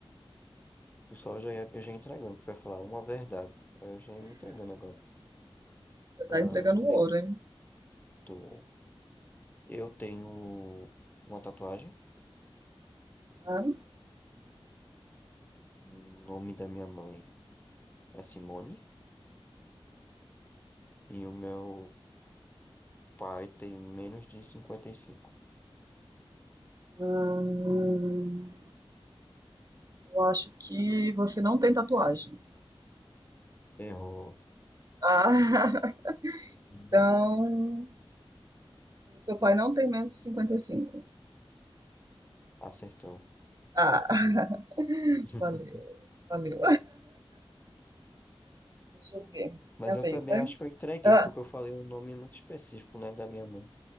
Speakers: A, on the left; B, on the right.
A: Pessoal, eu já ia, eu já ia entregando, pra falar uma verdade. Aí Eu já ia me entregando agora.
B: Você
A: Ah,
B: tá entregando
A: deixa
B: o ouro, hein?
A: eu... tô- eu tenho uma tatuagem.
B: Tá
A: O nome da minha mãe é Simone. E o meu pai tem menos de cinquenta e cinco
B: Hum, eu acho que você não tem tatuagem.
A: Errou.
B: Ah, <laughs>
A: Hum,
B: então, seu pai não tem menos de 55.
A: Acertou.
B: Ah, <laughs>
A: <laughs>
B: valeu, valeu. Deixa eu ver.
A: Mas
B: Minha
A: eu
B: vez,
A: também
B: né?
A: acho que eu entreguei,
B: Ah,
A: porque eu falei um nome muito específico, né, da minha mãe.